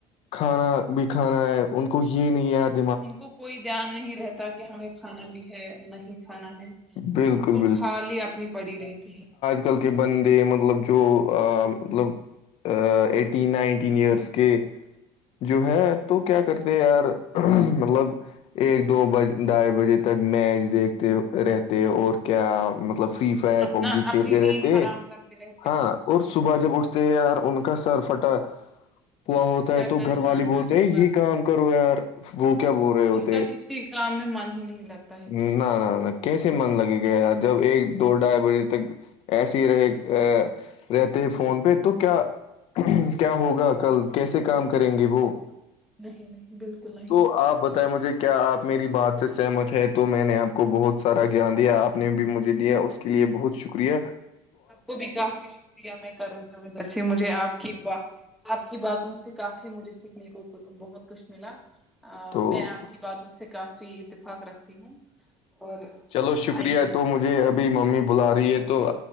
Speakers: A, on the left; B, in the centre.
A: کھانا بھی کھانا ہے ان کو یہ نہیں یاد
B: ان کو کوئی دھیان نہیں رہتا کہ ہمیں کھانا ہے نہیں کھانا ہے ہم
A: بالکل
B: کو کی اپنی پڑی رہتی ہے
A: نکل کے بندے مطلب جو مطلب ایٹین نائنٹین ایئرس کے جو ہے تو کیا کرتے یار مطلب ایک دو بج ڈھائی بجے تک میچ دیکھتے رہتے اور کیا مطلب
B: ہوں،
A: فری فائر
B: اپنا
A: پب جی کھیلتے
B: اپنی نیند
A: رہتے
B: حرام کرتے رہتے
A: ہاں
B: ہیں
A: اور صبح جب اٹھتے یار ان کا سر پھٹا پوا ہوتا
B: رہتا
A: ہے تو گھر
B: ہاں
A: والے بولتے
B: ہاں دن
A: ہیں یہ
B: بھر
A: کام کرو یار وہ کیا بول رہے ہوتے
B: ان کا کسی کام میں من ہی نہیں لگتا ہے
A: نہ
B: پھر
A: نہ کیسے من لگے گا جب ایک دو ڈھائی بجے تک ایسے ہی رہے رہتے فون پہ تو کیا کیا ہوگا کل کیسے کام کریں گے وہ
B: نہیں نہیں بالکل نہیں
A: تو آپ بتائیں مجھے کیا آپ میری بات سے سہمت ہے تو میں نے آپ کو بہت سارا گان دیا آپ نے بھی مجھے دیا اس کے لیے بہت شکریہ
B: آپ کو بھی کافی شکریہ میں کر رہی ہوں ج سے مجھے آپ کی آپ کی باتوں سے کافی مجھے سیکھنے کو بہت کچھ ملا
A: تو
B: میں آپ کی باتوں سے کافی اتفاق رکھتی ہوں اور
A: چلو شکریہ
B: آئندہ
A: ہے تو مجھے جی ابھی ممی بلا رہی ہے تو